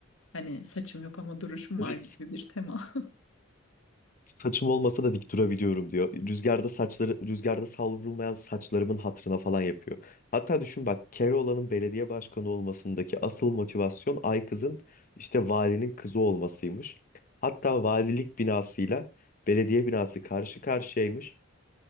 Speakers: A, on the left; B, on the left.
A: Hani saçım yok ama duruşum
B: Evet.
A: var gibi bir tema.
B: Saçım olmasa da dik durabiliyorum diyor. Rüzgarda saçları rüzgarda savrulmayan saçlarımın hatırına falan yapıyor. Hatta düşün bak Keloğlan'ın belediye başkanı olmasındaki asıl motivasyon ay kızın işte valinin kızı olmasıymış. Hatta valilik binasıyla belediye binası karşı karşıyaymış